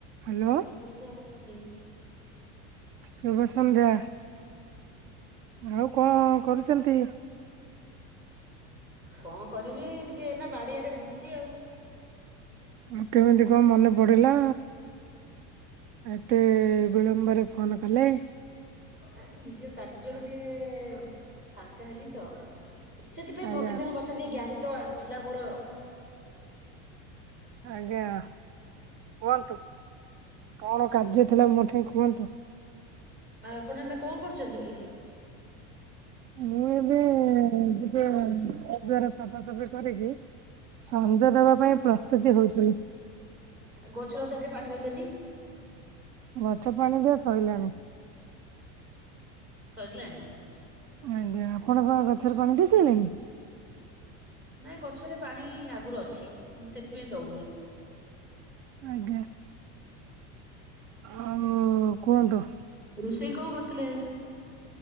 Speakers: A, on the right; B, on the right.
A: Hello
B: ଶୁଭ ସଂଧ୍ୟା ଭକ୍ତି।
A: ଶୁଭ ସଂଧ୍ୟା, ଆଉ କଣ କରୁଛନ୍ତି?
B: କଣ କରିବି, ଟିକେ ଇନା ବାଡିଆଡେ ବୁଲୁଛି ଆଉ।
A: ଆଉ କେମିତି କଣ ମନେ ପଡିଲା, ଏତେ ବିଳମ୍ବରେ ଫୋନ କଲେ।
B: ଆ ନିଜ କାର୍ଯ୍ୟରୁ ଟିକେ ଫାଙ୍କା ହେଲି ତ। ସେଥିପାଇଁ
A: ଆଜ୍ଞା
B: ଭଗ୍ନୀଙ୍କ କଥା ଟିକେ ଜ୍ଞାତ ଆସିଥିଲା ମୋର ଆଉ।
A: ଆଜ୍ଞା କୁହନ୍ତୁ କଣ କାର୍ଯ୍ୟ ଥିଲା ମୋଠି କୁହନ୍ତୁ।
B: ଆଉ ଆପଣ ଏବେ କଣ କରୁଛନ୍ତି କି?
A: ମୁଁ ଏବେ ଯିବେ ଦୁଆର ସଫାସଫି କରିକି ସଞ୍ଜ ଦବା ପାଇଁ ପ୍ରସ୍ତୁତି ହଉଥିଲି।
B: ଗଛ ଲତା ଟିକେ ପାଣି ଦେଲେନି।
A: ଗଛ ପାଣି ଦିଆ ସରିଲାଣି।
B: ସରିଲାଣି!
A: ଆଜ୍ଞା ଆପଣ କଣ ଗଛରେ ପାଣି ଦେଇ ସେଇଲେଣି?
B: ନାଇଁ ଗଛରେ ପାଣି ଆଗରୁ ଅଛି ମୁଁ ସେଥିପାଇଁ ଦଉନି।
A: ଆଜ୍ଞା ଆଉ କୁହନ୍ତୁ।
B: ରୋଷେଇ କଣ କରୁଥିଲେ?